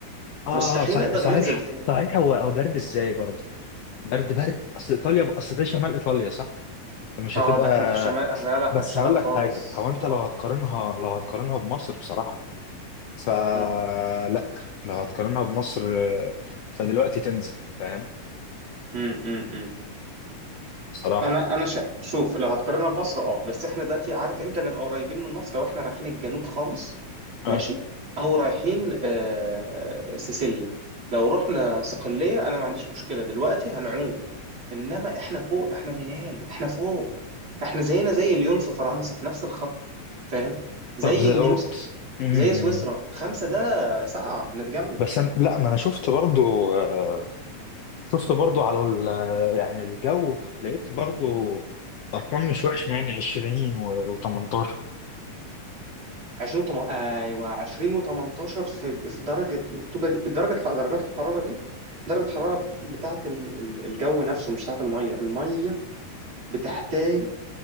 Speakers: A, on the left; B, on the right.
A: اه
B: مستحيل
A: صحيح
B: نقدر
A: صحيح
B: ننزل فيه
A: صحيح هو هو برد ازاي برضه برد برد اصل ايطاليا اصل ده شمال ايطاليا صح مش
B: اه
A: هتبقى
B: ده احنا في الشمال احنا لا لا،
A: بس
B: احنا في الشمال
A: هقول
B: خالص
A: لك حاجه هو انت
B: اه
A: لو هتقارنها لو هتقارنها بمصر بصراحه فلا
B: اه
A: لو هتقارنها بمصر آه، فدلوقتي تنزل فاهم
B: امم
A: صراحه
B: انا انا شا... شوف لو هتقارنها بمصر اه بس احنا دلوقتي عارف امتى نبقى قريبين من مصر لو احنا رايحين الجنوب خالص
A: اه
B: ماشي او رايحين آه... سيسيليا لو رحنا صقلية انا ما عنديش مشكلة دلوقتي هنعوم انما احنا فوق احنا ميلان احنا فوق احنا زينا زي ليون في فرنسا في نفس الخط فاهم زي
A: طب زي
B: النمسا
A: أو- مم.
B: زي سويسرا خمسة ده ساعة هنتجمد
A: بس أنا... لا ما انا شفت برضو آه، شفت برضو على ال... آه، يعني الجو لقيت برضو ارقام مش وحشه يعني 20 و18
B: 20 وتم... ايوه 20 و18 في في درجه مكتوبه دي- درجه درجات الحراره دي درجه الحراره بتاعه ال- ال- الجو نفسه مش بتاعه الميه الميه بتحتاج